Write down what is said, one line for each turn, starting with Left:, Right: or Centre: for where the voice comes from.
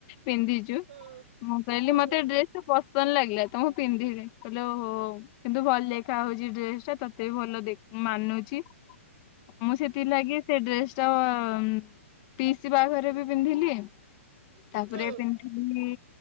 Left: ପିନ୍ଧିଛୁ
Right: ହୁଁ
Left: ମୁଁ କହିଲି
Right: ହୁଁ
Left: ମୋତେ ଏ ଡ୍ରେସ୍ ତ ପସନ୍ଦ ଲାଗିଲା ତ ମୁଁ ପିନ୍ଧିବି କହିଲେ ଓ ହୋ ହୋ କିନ୍ତୁ ଭଲ ଦେ ଖା ହଉଛି ଡ୍ରେସ୍ ଟା ତୋତେ ବି ଭଲ ଦେ- ମାନୁଛି। ମୁଁ ସେଥିଲାଗି ଲାଗି ସେ ଡ୍ରେସ୍ ଟା ଅ, ଉଁ, ପିଇସି ବାହାଘରେ ବି ପିନ୍ଧିଲି, ତାପରେ
Right: ହୁଁ
Left: ପିନ୍ଧିଥିଲି